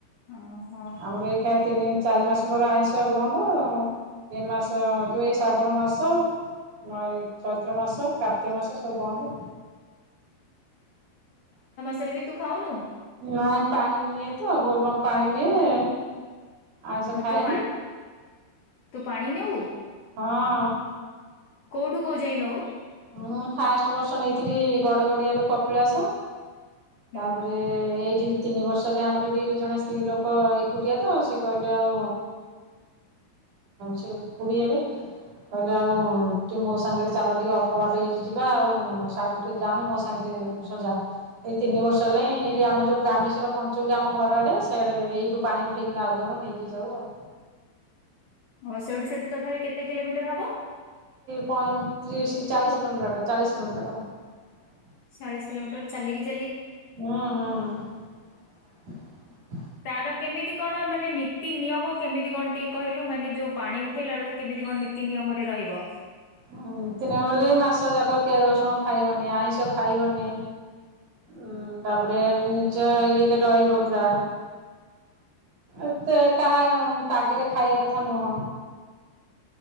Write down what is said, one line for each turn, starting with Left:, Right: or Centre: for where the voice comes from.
Left: ଓହୋ
Right: ଆମର ଏଇଖା ତିନି ଚାରି ମାସ ମୋର ଆଇଁଷ ବଂଦ ଏ ମାସ ଯୋଉ ଶ୍ରାବଣ ମାସ ନ ଚୈତ୍ର ମାସ କା ର୍ତ୍ତିକ ମାସ ସବୁ ବନ୍ଦ।
Left: ସେରେ ବି ତୁ ଖାଉନୁ?
Right: ନାଇଁ ପାଣି ନିଏ ତ ବୋଲବମ୍ ପାଣି ନିଏ ଆଇଁଷ
Left: ଆଉ
Right: ଖାଏନି।
Left: ତୁ ପା ତୁ ପାଣି ନେଉ?
Right: ହଁ‌।
Left: କୋଉଠୁ କୋଉ ଯାଇ ନଉ?
Right: ମୁଁ ଫାଷ୍ଟ ବର୍ଷ ନେଇଥିଲି ଗଡ଼ଗଡ଼ିଆରୁ କପିଳାସ
Left: ହୁଁ
Right: ତାପରେ ଏଇ ଏଠି ତିନି ବର୍ଷ ହେଲେ ଆମର ଏଠି ଜଣେ ସ୍ତ୍ରୀ ଲୋକ ଏକୁଟିଆ ତ ସେ କହିଲେ ଆଉ ସେ ଖୁଡ଼ି ହେବେ କହିଲେ
Left: ହୁଁ
Right: ଆଉ ଟିକେ ମୋ ସାଙ୍ଗରେ ଚାଲ ଟିକେ ଅ କବାଟ ଏଇଠି ଯିବା ଆଉ ସେଠିକି ଯାନି ମୋ ସାଙ୍ଗରେ ସଜା ଏଇ ତିନି ବର୍ଷ ହେଲାଣିଁ ଏଇଠି ଆମର ଯୋଉ ଗ୍ରାମେଶ୍ଵର ପଞ୍ଚ ବୋଲି ଆମ ଘର ଆଡେ ସେଆଡେ ଏଇଠୁ ପାଣି ଉଠେଇକି ନାଉଗାଁରୁ ନେଇକି ଯାଉ ଆଉ।
Left: ହ ସେଇଠୁ ସେଠି ତଥାପି କେତେ କିଲୋମିଟର ହବ?
Right: ପଇଁତିରିଶି ଚାଳିଶ କିଲୋମିଟର ବାଟ ଚାଳିଶ କିଲୋମିଟର ବାଟ।
Left: ଚାଳିଶ କିଲୋମିଟର ଚାଲି କିି
Right: ହୁଁ-ହୁଁ।
Left: ତାର କେମିତି କଣ ମାନେ ନୀତି ନିୟମ କେମିତି କଣ ଟିକେ କହିଲୁ ମାନେ ଯୋଉ ପାଣି ଉ ଉଠେଲା ବେଳକୁ କେମିତି କଣ ନୀତି ନିୟମରେ ରହିବ।
Right: ହଁ ନିତୀ ନିୟମ ମାସ ଯାକ ପିଆଜ ରସୁଣ ଖାଇବନି ଆଇଁଷ ଖାଇବନି। ଉ ତାପରେ ନିଜ ଇଏରେ ରହିବ ପୁରା ଏତେ କାହା ପାଗରେ ଖାଇବା କଥା ନୁହଁ।